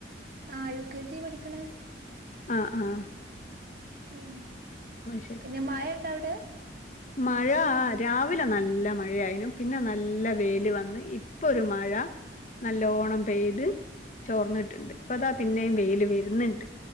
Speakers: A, on the right; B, on the left.
A: ആ യു കെ ജി പഠിക്കണ്.
B: ആഹ് ആ.
A: ഉം.
B: <unintelligible>
A: പിന്നെ മഴണ്ട അവിടെ?
B: മഴ ആ രാവിലെ നല്ല മഴയായിനു, പിന്നെ നല്ല വെൽ വന്ന്, ഇപ്പൊ ഒരു മഴ. നല്ലോണം പെയ്ത് ചോർന്നിട്ട്ണ്ട്. ഇപ്പ അതാ പിന്നെയും വെയില് വര്ന്ന്ണ്ട്.